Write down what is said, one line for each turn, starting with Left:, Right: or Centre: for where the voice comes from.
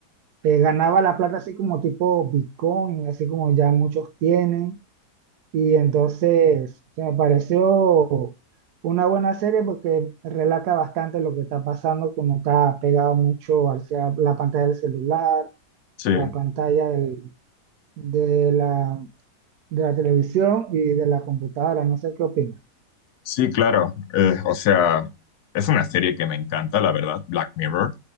Right: eh, ganaba la plata así como tipo Bitcoin, así como ya muchos tienen. Y entonces o sea, me pareció una buena serie porque relata bastante lo que está pasando, como está pegado mucho hacia la pantalla del celular,
Left: Sí.
Right: la pantalla del- de la, de la televisión y de la computadora. No sé qué opinas.
Left: Sí, claro. Eh, o sea, es una serie que me encanta, la verdad, Black Mirror.